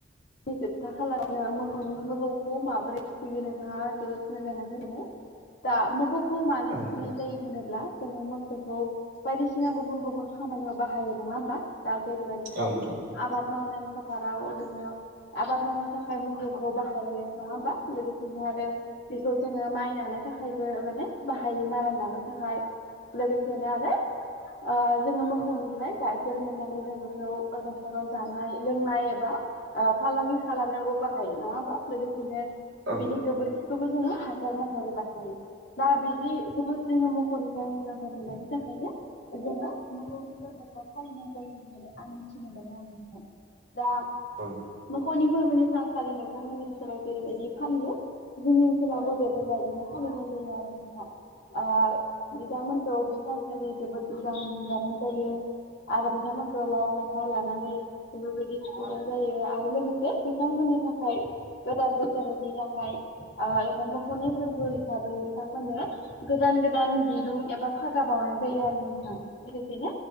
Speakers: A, on the left; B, on the right.
A: बे जोबथा खालारावनो मोखौनि मोखौखौ माबोरै फिसियो नोंथाङा जोबोद मोजाङैनो फोरमायबाय दा मोखौखौ मानो
B: औ नोंथां
A: थुखैनाय जायो होनोब्ला जोङो मोसौखौ बायदिसिना गुफ गुबुन गुबुन खामानियाव बाहायो नङा होमबा दा जेरैबायदिहाय
B: औ नोंथां
A: आबाद मावनाय फोथाराव जोङो आबाद मावनो थाखाय मोखौखौ बाहायो नङा होमबा? लोगोसेनो आरो बेखौ जोङो माइ नानो थाखायबो माने बाहायो मारा नानो थाखाय लोगोसेनो आरो ओ जोङो मोखौनिफा्य जाय गाइखेर मोननानै जों बेखौ न'खराव जानाय लोंनाय एबा ओ फालांगि खालामनायावबो बाहायो नङा होमबा लोगोसेनो
B: औ
A: बिनि गोबोर खिखौबो जोङो हासार महरै बाहायो दा बिदिखोबोद जोङो मोखौनिफ्राय मुलाम्फा मोननायनि थाखायनो जोङो मोखौनि फोरबोखौ फालिनाय जायो होननानै आं मिथिनो मोनदों आरो नोंथां दा
B: औ नोंथां औ नोंथां
A: मोखौनि फोरबोनि सानखालि नोंथांमोननि ओनसोलाव जेरैबायदि फालियो जोंनि ओनसोलावबो बेफोरबायदिनो फालिनाय जायो आरो नोंथां ओ बिथांमोनखौ बे सानखालि जोबोद उदांङै हेंगारनाय जायो। आरो बिथांमोनखौ लाव, फान्थाव लानानै बेफोरबायदि थुखैनाय जायो आरो लोगोसे बिथांमोननि थाखाय गोदान बोसोरोनि थाखाय एबा मोखौनि फोरबो हिसाबै बिथांमोननो गोदान गोदान दिरुं एबा फागा बावनाय जायो आरो नों बिदिनो